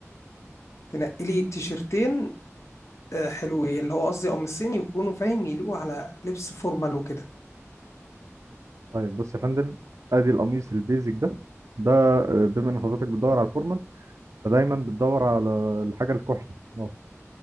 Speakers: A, on the left (about 65°); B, on the right (about 75°).
A: تنقي لي تيشرتين آه، حلوين اللي هو قصدي قميصين يكونوا فاهم يليقوا على لبس فورمال وكده
B: طيب بص يا فندم ادي القميص البيزك ده ده آه، بما ان حضرتك بتدور على الفورمال فدايما بتدور على الحاجه الكحلي اه